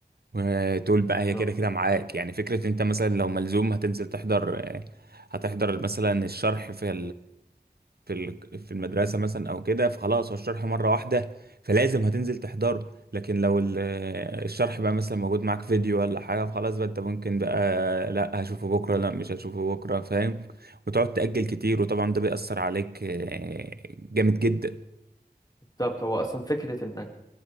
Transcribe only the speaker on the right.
وتقول بقى هي
كده كده معاك يعني فكرة انت مثلا لو ملزوم هتنزل تحضر آه، هتحضر مثلا الشرح في في ال- في المدرسه مثلا او كده فخلاص هو الشرح مره واحده فلازم هتنزل تحضره لكن لو ال- الشرح بقى مثلا موجود معاك فيديو ولا حاجه فخلاص بقى انت ممكن بقى لا هشوفه بكره لا مش هشوفه بكره فاهم وتقعد تأجل كتير وطبعا ده بيأثر عليك آه، جامد جدا